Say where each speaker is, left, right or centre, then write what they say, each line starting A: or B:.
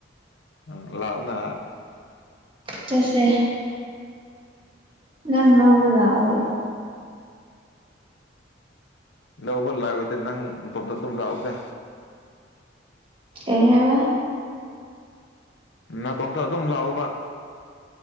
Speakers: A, on the left; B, on the right.
A: ꯑ ꯂꯅ
B: ꯆꯁꯦ ꯅꯪ ꯂꯧꯕ ꯂꯥꯛꯑꯣ
A: ꯂꯧꯕ ꯂꯥꯛꯑꯣꯏꯗꯦ ꯅꯪ ꯑꯇꯣꯞꯇ ꯑꯗꯨꯝ ꯂꯥꯛꯎꯗ
B: ꯑꯦꯍꯦꯕ
A: ꯅꯥꯇꯣꯝꯇ ꯑꯗꯨꯝ ꯂꯥꯛꯎꯕ